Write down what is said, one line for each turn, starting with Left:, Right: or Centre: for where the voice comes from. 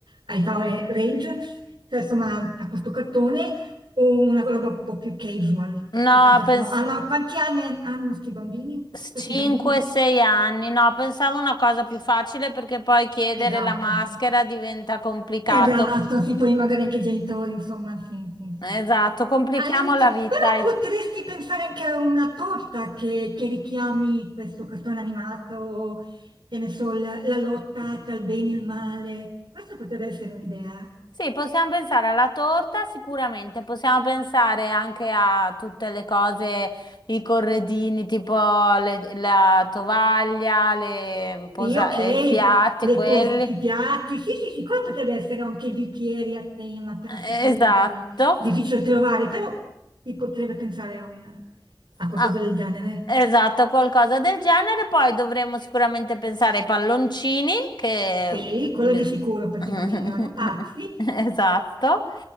Right: ai Power Rangers, cioè insomma a questo cartone, o una roba un po' più casual,
Left: No,
Right: perché tanto sono...
Left: penso.
Right: hanno- quanti anni han- hanno sti bambini? Questi
Left: 5-6
Right: bambini?
Left: anni, no, pensavo una cosa più facile perché poi chiedere
Right: Esatto,
Left: la maschera
Right: sì.
Left: diventa complicato.
Right: Esatto, sì, poi magari anche i genitori, insomma, sì, sì, sì,
Left: Esatto,
Right: sì.
Left: complichiamo
Right: Al limite,
Left: la vita.
Right: però
Left: E-
Right: potresti pensare anche a una torta che, che richiami questo cartone animato, che ne so, la, la lotta tra il bene e il male. Questa potrebbe essere un'idea.
Left: Sì, possiamo pensare alla torta sicuramente, possiamo pensare anche a tutte le cose, i corredini, tipo le- la tovaglia, le posa-
Right: Sì, ok,
Left: i piatti,
Right: le
Left: quelli.
Right: pos- i piatti, sì, sì, sì, quello potrebbe essere anche i bicchieri a tema, però sì,
Left: Esatto.
Right: quelli magari difficili da trovare, però si potrebbe pensare a un- a qualcosa
Left: Ah,
Right: del genere.
Left: esatto, qualcosa del genere. Poi dovremmo sicuramente pensare ai palloncini che...
Right: Sì, quello
Left: <laughs>
Right: di sicuro, perché i bambini ne vanno pazzi.
Left: Esatto.